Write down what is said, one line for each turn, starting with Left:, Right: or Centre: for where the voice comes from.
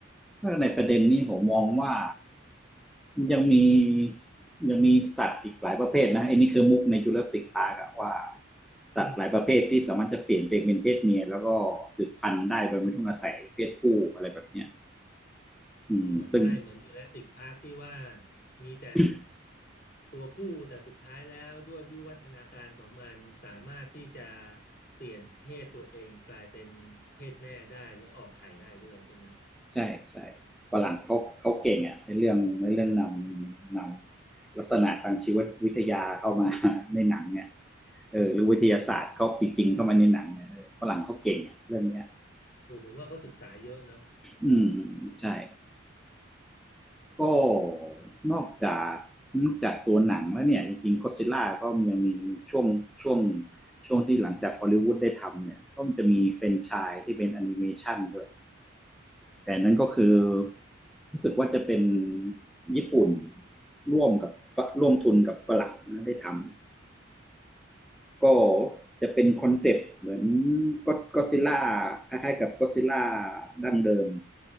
Centre: ถ้าในประเด็นนี้ผมมองว่ายังมียังมีสัตว์อีกหลายประเภทนะไอ้นี่คือมุกในจุลศิษย์ตากะว่า
Left: อืม
Centre: สัตว์หลายประเภทที่สามารถจะเปลี่ยนตัวเองเป็นเพศเมียแล้วก็สืบพันธุ์ได้โดยไม่ต้องอาศัยเพศผู้อะไรแบบเนี้ยอืมซึ่ง
Left: อ๋อใช่เหมือนจูราสสิกพาร์คที่ว่ามีแต่
Centre: <coughs>
Left: ตัวผู้แต่สุดท้ายแล้วด้วยวิวัฒนาการของมันสามารถที่จะเปลี่ยนเพศตัวเองกลายเป็นเพศแม่ได้แล้วออกไข่ได้ด้วยใช่ไหม
Centre: ใช่ใช่ฝรั่งเขาเขาเก่งอะในเรื่องในเรื่องนำนำลักษณะทางชีววิทยาเข้ามาในหนังเนี่ยเออหรือวิทยาศาสตร์เขาจริงๆเข้ามาในหนังเนี่ยฝรั่งเขาเก่งอะเรื่องเนี้ย
Left: ครับผมโอ้ผมว่าเขาศึกษาเยอะเนอะ
Centre: อืมใช่ ก็นอกจากนอกจากตัวหนังแล้วเนี่ยจริงๆก็ซิล่าก็ยังมีช่วงช่วงช่วงที่หลังจากฮอลลีวูดได้ทำเนี่ยก็มันจะมีเฟรนไชายที่เป็นแอนิเมชันด้วยแต่นั้นก็คือรู้สึกว่าจะเป็นญี่ปุ่นร่วมกับร่วมทุนกับฝรั่งนะได้ทำ ก็จะเป็นคอนเซปต์เหมือนก็ก็ซิลล่าคล้ายๆกับก็อดซิลล่าดั้งเดิม